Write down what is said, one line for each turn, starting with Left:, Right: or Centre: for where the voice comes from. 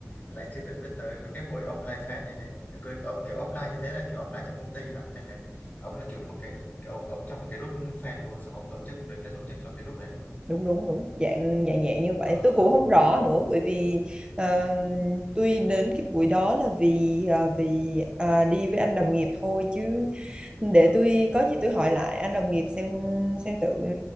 Left: lại chưa từng biết tới mấy cái buổi offline fan như thế. Cái off- Kiểu offline như thế là kiểu offline trong công ty hả? Hay là ông là chủ một cái kiểu ông trong một cái group fan luôn xong ông tổ chức đứng ra tổ chức cho cái group đấy luôn.
Right: đúng đúng đúng dạng dạng dạng như vậy
Left: À,
Right: tôi cũng không rõ nữa bởi vì ờ, tôi đến cái buổi đó là vì ờ, vì à, đi với anh đồng nghiệp thôi chứ để
Left: à,
Right: tôi có gì tôi hỏi lại anh đồng nghiệp xem xem thử ừ,